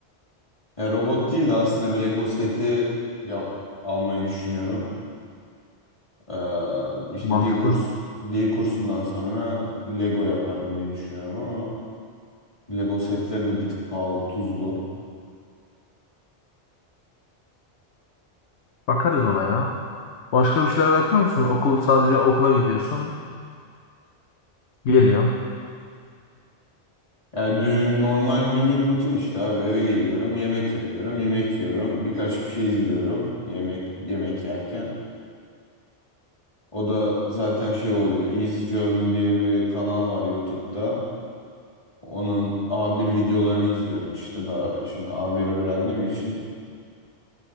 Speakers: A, on the left; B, on the left.
A: Yani robot değil de aslında Lego seti ya, almayı düşünüyorum. Ee, işte
B: Mantıklı.
A: dil kursu, dil kursundan sonra Lego yaparım diye düşünüyorum ama Lego setleri de bir tık pahalı, tuzlu.
B: Bakarız ona ya. Başka bir şeyler yapıyor musun? Okul sadece okula gidiyorsun. Geliyorsun.
A: Yani dü- normal günlük rutin işte abi eve geliyorum, yemek yapıyorum, yemek yiyorum, birkaç bir şey izliyorum yemek yemek yerken. O da zaten şey oluyor. Easy German diye bir kanal var YouTube'da. Onun A1 videolarını izliyorum işte daha şimdi A1 öğrendiğim için